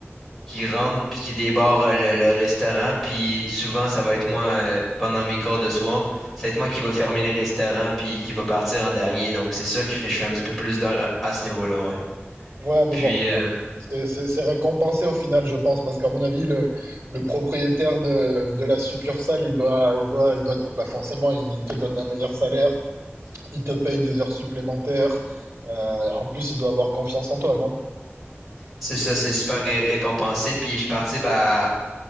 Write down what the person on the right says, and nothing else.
Ouais, mais
bon,
ah, c'est c'est- c'est récompensé au final, je pense, parce qu'à mon avis, le, le propriétaire de, de la succursale, il doit, il doit, il doit, te- bah, forcément, il te donne un meilleur salaire, il te paye des heures supplémentaires, euh, en plus, il doit avoir confiance en toi, non?